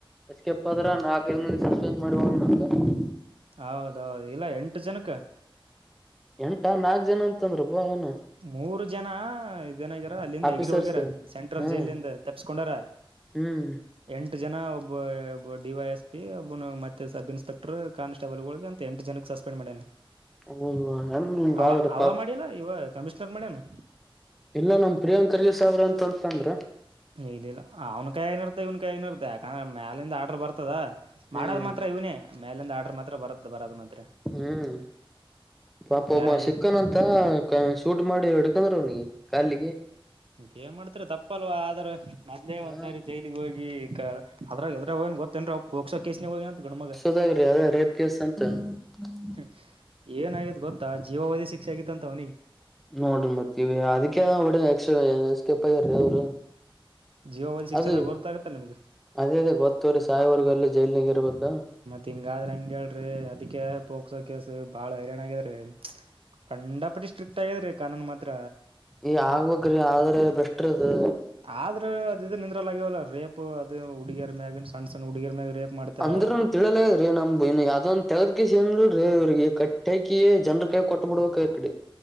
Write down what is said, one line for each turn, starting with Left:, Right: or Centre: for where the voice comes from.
Centre: ಏಸ್ ಕೆಪ್ ಅದ್ರ ನಾಲ್ಕೈದು ಮಂದಿ ಸಸ್ಪೆಂಡ್ ಮಾಡಿ ಹೋಗ್ಯನ ಅಂತ.
Right: ಹೌದೌದು ಇಲ್ಲ ಎಂಟು ಜನಕ್ಕ
Centre: ಎಂಟಾ ನಾಲ್ಕು ಜನ ಅಂತಂದ್ರು ಪ ಅವ್ನ
Right: ಮೂರು ಜನ ಇದನಗ್ಯಾರ ಅಲ್ಲಿಂದ
Centre: ಆಫೀಸರ್ಸ್
Right: ಎಗರಿ ಹೋಗ್ಯಾರ ಸೆಂಟ್ರಲ್
Centre: ಹ್ಮ್
Right: ಜೈಲಿಂದ ತಪ್ಸ್ಕೊಂಡಾರ.
Centre: ಹ್ಮ್
Right: ಎಂಟು ಜನ ಒಬ್ಬಬ್ ಡಿ ವೈ ಎಸ್ ಪಿ ಒಬ್ನು ಮತ್ತೆ ಸಬ್ ಇನ್ಸ್ಪೆಕ್ಟರ್ ಕಾನ್ಸ್ಟೇಬಲ್ ಗಳಗೆ ಅಂತ ಎಂಟು ಜನಕ್ಕೆ ಸಸ್ ಪೆಂಡ್ ಮಾಡ್ಯಾನ
Centre: ಹೌದು
Right: ಅವ
Centre: <unintelligible>
Right: ಅವ ಮಾಡಿಲ್ಲ ಇವ ಕಮಿಷ್ನರ್ ಮಾಡ್ಯನ
Centre: ಇಲ್ಲೋ ನಮ್ ಪ್ರಿಯಾಂಕರ್ಗೆ ಸಾಬ್ರ ಅಂತಂತಂದ್ರು.
Right: ಇಲ್ಲಿಲ್ಲ ಅವ್ನ್ ಕೈನಾ ಇರುತ್ತೆ ಇವ್ನ್ ಕೈನಾಗಿನೂ ಇರ್ತ ಯಾಕಂದ್ರೆ ಮ್ಯಾಲಿಂದ ಆರ್ಡರ್ ಬರ್ತದ.
Centre: ಹ್ಮ್
Right: ಮಾಡದ್ ಮಾತ್ರ ಇವ್ನೇ ಮೇಲಿಂದ ಆರ್ಡರ್ ಮಾತ್ರ ಬರದ ಬರದ ಮಾತ್ರ.
Centre: ಹ್ಮ್ ಪಾಪ ಒಬ್ಬ
Right: ಯಾರ ಇವ್
Centre: ಸಿಕ್ಕನ್ ಅಂತ ಶೂಟ್ ಮಾಡಿ ಹಿಡ್ಕಂದ್ರ್ ಅವ್ನಿಗೆ ಕಾಲಿಗೆ.
Right: ಮತ್ ಏನ್ ಮಾಡ್ತ್ರ ತಪ್ಪಲ್ವಾ ಆದ್ರ ಮೊದ್ಲೇ ಒಂದ್ಸಾರಿ
Centre: ಹ
Right: ಜೈಲಿಗೆ ಹೋಗಿ ಕ ಅದಾಗ ಎದ್ರಾಗ್ ಹೋಗೇನ್ ಗೊತ್ತೇನ್ರಿ ಅವ್ ಪ್ರೊಕ್ಸೋ ಕೇಸಾಗ್ ಹೋಗ್ಯಾನಂತ ಗಣಮಗ.
Centre: ಅದ ರಿ ಅದ ರೇಪ್ ಕೇಸ್ ಅನ್ <inaudible>
Right: ಹ್ಮ ಏನ ಆಗ್ಯದ್ ಗೊತ್ತಾ ಜೀವಾವಧಿ ಶಿಕ್ಷೆ ಆಗಿತ್ತಂತ ಅವ್ನಿಗ್
Centre: ನೋಡ್ರಿ ಮತ್ತವಿ ಅದಕ್ಕೆದ <unintelligible> ಎಸ್ ಎಸ್ಕಿಪ್ ಅಗ್ಯಾರಿ ಅವ್ರು
Right: ಜೀವಾವಧಿ ಶಿಕ್ಷೆ
Centre: ಅದ
Right: ಅಂದ್ರೆ ಗೊತ್ತಾಗತ್ತಲ್ಲ ನಿಮ್ಗೆ
Centre: ಅದೇ ಅದೇ ಗೊತ್ತುವರಿ ಸಾಯೋವರ್ಗ ಅಲ್ಲೇ ಜೈಲ್ನಾಗೆ ಇರ್ಬೇಕ.
Right: ತಿಂಗಾದ್ರ ಹಂಗ್ ಹೇಳ್ರಿ ಅದಿಕ್ಕೆ ಪೋಕ್ಸೋ ಕೇಸ್ ಬಾಳ ಹೈರಾಣ ಆಗ್ಯದ್ರಿ. ಕಂಡಪಟ್ಟಿ ಸ್ಟ್ರಿಕ್ಟ್ ಆಗ್ಯಾದ ರೀ ಕಾನೂನು ಮಾತ್ರ.
Centre: ಈ ಆಗ್ಬೇಕ್ರಿ ಆದ್ರ ಬೆಸ್ಟ್ರದು.
Right: ಆದ್ರ ಅದ ನಿಂದ್ರಲ್ ಆಗ್ಯವಲ್ಲ ರೇಪ ಅದು ಹುಡುಗಿಯರ್ ಮ್ಯಾಗ ಸಣ್ಣ ಸಣ್ಣ ಹುಡುಗ್ಯರ್ ಮ್ಯಾಗ್ ರೇಪ್ ಮಾಡ್ತಾರ
Centre: ಅಂದ್ರುನು ತಿಳಿಯಲಾಯ ಹೇ ನಮ್ದ್ ಇನ್ ಯಾವದೊಂದ ತಗದ್ಕೇಸಿನ್ ನೋಡ್ರಿ ಇವ್ರಿಗೆ ಕಟ್ಟಾಕಿ ಜನ್ರಕೈಗ್ ಕೊಟ್ ಬಿಡ್ಬೇಕ ಆ ಕಡಿ.